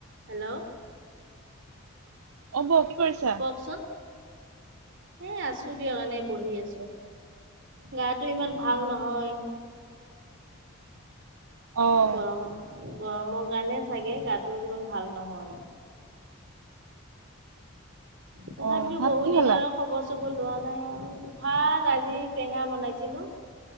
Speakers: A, on the right; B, on the right.
A: Hello.
B: অ, বোঁ কি কৰিছা?
A: কওকচোন এ, আছো দিয়া কাৰণে বহি আছো গাটো ইমান ভাল নহয়।
B: <unintelligible> আহ।
A: গৰম গৰমৰ কাৰণে চাগে গাটো ইমান ভাল নহয়। তথাপিতো
B: অ ভাত
A: বহুত
B: কি
A: দিন
B: খালা?
A: আৰু খবৰ-চবৰ- লোৱা নাই আৰু ভাত আজি টেঙা বনাইছিলোঁ।